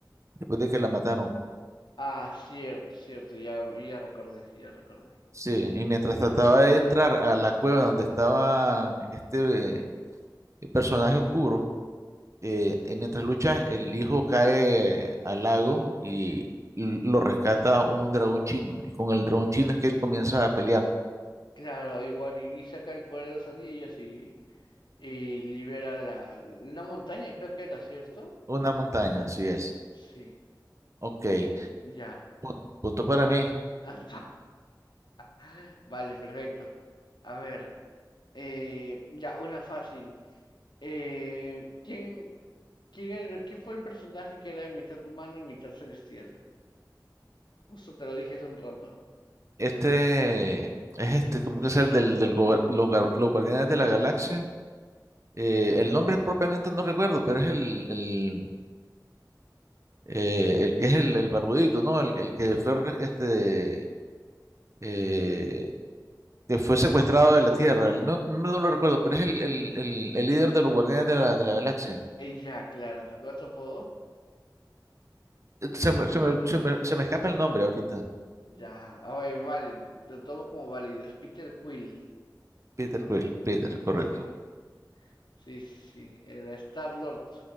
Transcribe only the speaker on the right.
después de que la mataron.
Sí, y mientras trataba de entrar a la cueva donde estaba este eh, personaje oscuro, eh, eh, mientras lucha, el hijo cae al lago y l- lo rescata un dragón chino. Y con el dragón chino es que él comienza a pelear.
Una montaña, así es.
Ok.
Pu- Punto para mí.
Este es este, ¿cómo que es el del, del gober- los, gar- los Guardianes de la Galaxia? Eh, el nombre propiamente no recuerdo, pero es el, el, eh, el que es el, el barbudito, ¿no? El, el que fue este, eh, que fue secuestrado de la Tierra. No, no, no lo recuerdo, pero es el, el, el, el líder de los Guardianes de la, de la Galaxia.
Eh, Se me, se me, se me, se me escapa el nombre ahorita.
Peter Quill, Peter, correcto.